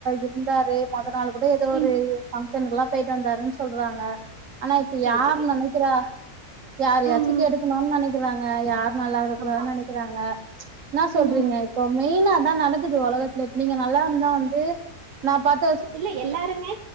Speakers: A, on the right; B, on the right.
A: இருந்தாரு மொத நாள் கூட ஏதோ ஒரு
B: ம்
A: ஃபங்க்ஷன்குல்லா போய்ட்டு வந்தாருன் சொல்றாங்க ஆனா இப்ப
B: செரி
A: யார்
B: செரி
A: நெனைக்கிறா யார
B: ம்
A: யாச்சு
B: ம்
A: கெடுக்கணுன் நெனைக் கிறாங்க யாரு நல்லா இருக்கனுன்
B: ஆமா
A: நெனைக்கிறாங்க இன்னா சொல்றீங்க
B: ம் ம்
A: இப்ப மெயினா நடக்குது ஒலகத்ல இப்ப நீங்க நல்லா இருந்தா வந்து நா பாத்
B: இல்ல எல்லாருமே